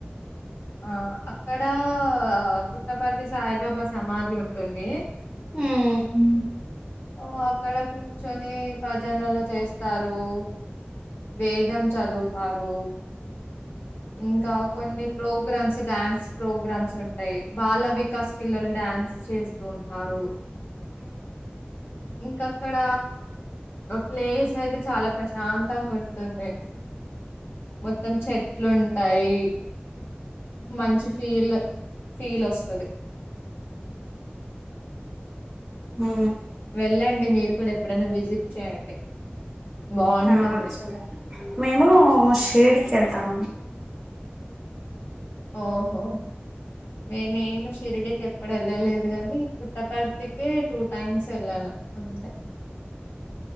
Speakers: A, on the left; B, in the centre.
A: ఆ అక్కడ పుట్టపర్తి సాయిబాబా సమాధి ఉంటుంది
B: హు హు
A: ఓ అక్కడ కూర్చొని ప్రజనలు చేస్తారు రు వేదం చదువుతారు ఇంకా కొన్ని ప్రోగ్రామ్స్ డ్యాన్స్ ప్రోగ్రామ్స్ ఉంటాయి బాల వికాస్ పిల్లలు డ్యా ్యాన్స్ చేస్తూ ఉంటారు ఇంక అక్కడ ప్లేస్ అయితే చాలా ప్రశాంతంగా ఉంటుంది మొత్తం చెట్ ఉంటాయి మంచి ఫీల్ ఫీల్ వస్తది
B: హ
A: వెళ్ళండి మీరు కూడా ఎప్పుడైనా విజిట్ చేయండి బాగుంటుంది
B: ఆ సరే మేము షిరీడి కి వెళ్తాము
A: ఓహో మీమేమి షిరిడి కి ఇప్పుడు వెళ్ళలేదు కానీ పుట్టపర్తికే టూ టైమ్స్ వెళ్ళాను అంతే